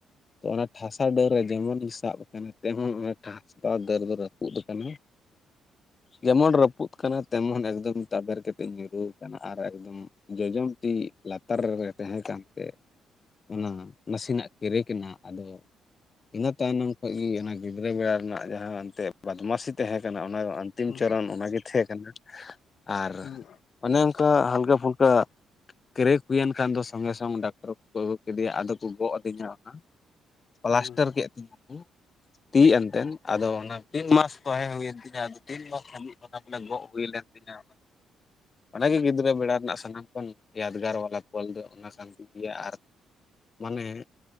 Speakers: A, on the left (about 30°); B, on the left (about 55°).
A: ᱛᱚ ᱚᱱᱟ ᱴᱷᱟᱥᱟ ᱴᱷᱟᱥᱟᱣ ᱰᱟᱹᱨ ᱨᱮ ᱡᱮᱢᱚᱱᱤᱧ ᱥᱟᱵ ᱟᱠᱟᱱᱟ ᱛᱮᱢᱚᱱ ᱚᱱᱟ ᱴᱷᱟᱥᱟᱣ ᱫᱟᱹᱨ ᱫᱚ ᱨᱟᱹᱯᱩᱫ ᱟᱠᱟᱱᱟ ᱡᱮᱢᱚᱱ ᱨᱟᱹᱯᱩᱫ ᱠᱟᱱᱟ ᱛᱮᱢᱚᱱ ᱮᱠᱫᱚᱢ ᱛᱟᱵᱮᱨ ᱠᱟᱛᱮ ᱧᱩᱨᱩ ᱟᱠᱟᱱᱟ, ᱟᱨ ᱮᱠᱫᱚᱢ ᱡᱚᱡᱚᱢ ᱛᱤ ᱞᱟᱛᱟᱨ ᱨᱮ ᱛᱟᱦᱮᱸ ᱠᱟᱱ ᱛᱮ ᱚᱱᱟ ᱱᱟᱥᱮᱱᱟᱜ ᱠᱮᱨᱮᱠ ᱱᱟ, ᱟᱫᱚ ᱤᱱᱟᱹ ᱛᱟᱭᱱᱚᱢ ᱠᱷᱚᱡ ᱜᱮ ᱚᱱᱟ ᱜᱤᱫᱽᱨᱟᱹ ᱵᱮᱲᱟ ᱨᱮᱱᱟᱜ ᱡᱟᱦᱟᱸ ᱮᱱᱛᱮ ᱵᱟᱫᱢᱟᱥᱤ ᱛᱟᱦᱮᱸ ᱠᱟᱱᱟ ᱚᱱᱟ ᱟᱱᱛᱤᱢ
B: ᱦᱩᱸ
A: ᱪᱚᱨᱟᱱ ᱚᱱᱟᱜᱮ ᱛᱟᱦᱮᱸ ᱠᱟᱱᱟ ᱟᱨ
B: ᱦᱩᱸ
A: ᱚᱱᱮ ᱚᱱᱠᱟ ᱦᱟᱞᱠᱟ ᱯᱷᱩᱞᱠᱟ ᱠᱨᱮᱠ ᱦᱩᱭᱮᱱ ᱠᱷᱟᱱ ᱫᱚ ᱥᱚᱝᱜᱮ ᱥᱚᱝ ᱰᱟᱠᱛᱚᱨ ᱠᱚᱠᱚ ᱟᱹᱜᱩ ᱠᱮᱫᱮᱭᱟ ᱟᱫᱚ ᱠᱚ ᱜᱚᱜ ᱟᱹᱫᱤᱧᱟ ᱚᱱᱟ, ᱯᱞᱟᱥᱴᱟᱨ
B: ᱦᱩᱸ
A: ᱠᱮᱜ ᱛᱤᱧᱟ ᱠᱚ ᱾ ᱛᱤ ᱮᱱᱛᱮᱱ ᱟᱫᱚ ᱚᱱᱟ ᱛᱤᱱ ᱢᱟᱥ ᱛᱟᱦᱮᱸ ᱦᱩᱭᱮᱱ ᱛᱤᱧᱟ ᱟᱫᱚ ᱛᱤᱱ ᱢᱟᱥ ᱦᱟᱹᱵᱤᱡ ᱟᱱᱟ ᱵᱚᱞᱮ ᱜᱚᱜ ᱦᱩᱭ ᱞᱮᱱ ᱛᱤᱧᱟ ᱾ ᱚᱱᱟᱜᱮ ᱜᱤᱫᱽᱨᱟᱹ ᱵᱮᱲᱟ ᱨᱮᱱᱟᱜ ᱥᱟᱱᱟᱢ ᱠᱷᱚᱱ ᱭᱟᱫᱽᱜᱟᱨ ᱵᱟᱞᱟ ᱯᱷᱚᱞ ᱫᱚ ᱚᱱᱟ ᱠᱟᱱ ᱜᱮ ᱜᱮᱭᱟ ᱟᱨ ᱢᱟᱱᱮ